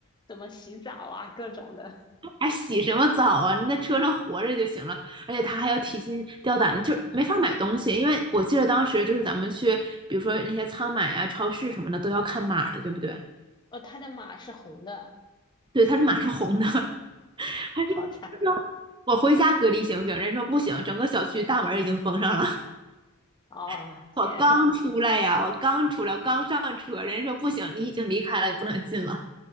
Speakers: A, on the left; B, on the right.
A: 怎么洗澡啊，各种的。
B: 还洗什么澡啊？那车上活着就行了。而且他还要提心吊胆的，就是没法买东西，因为我记得当时就是咱们去，比如说那些仓买啊、超市什么的都要看码的，对不对？
A: 哦，他的马是红的，
B: 对，他是马是红的，<laughs> 他
A: 好惨啊
B: 是说我回家隔离行不行？人说不行，整个小区大门已经封上了。
A: 哦！
B: <laughs>
A: 天呐，
B: 我刚出来呀，我刚出来，我刚上车，人家说不行，你已经离开了，你不能进了。